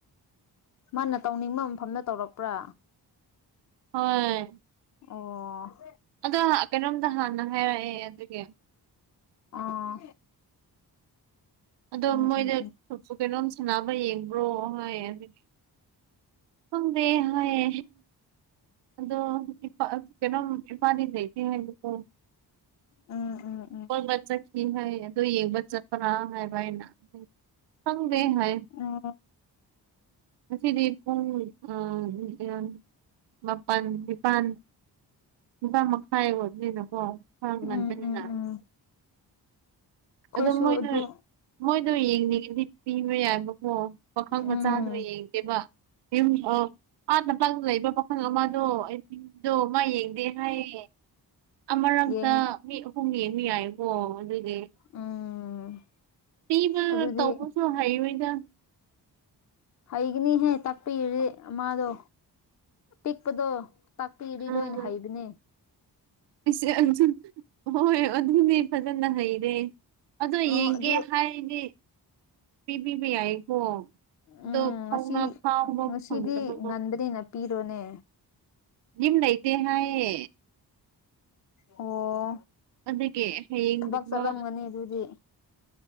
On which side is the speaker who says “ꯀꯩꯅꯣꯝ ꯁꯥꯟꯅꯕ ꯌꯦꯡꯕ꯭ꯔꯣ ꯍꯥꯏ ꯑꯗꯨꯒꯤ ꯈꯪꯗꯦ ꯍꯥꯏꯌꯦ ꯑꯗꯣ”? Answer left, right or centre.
Right